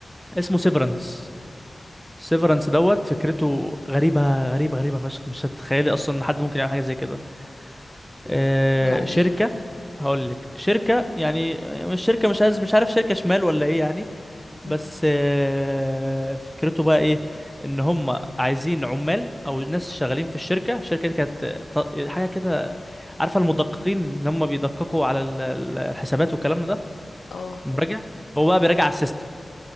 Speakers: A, in the centre; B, on the left.
A: اسمه سيفرنس سيفرنس دوت فكرته غريبه غريبه غريبه فشخ مش هتتخيلي اصلا ان حد ممكن يعمل حاجه زي كده آه،
B: عن
A: شركه
B: ايه
A: هقول لك شركه يعني مش شركه مش عايز مش عارف شركه شمال ولا ايه يعني بس
B: مم.
A: آه، فكرته بقى ايه ان هم عايزين عمال او ناس شغالين في الشركه الشركه دي كانت ط- حاجه كده عارفه المدققين اللي هم بيدققوا على ال- ال- الحسابات والكلام ده
B: اه
A: المراجع هو بقى بيراجع على السيستم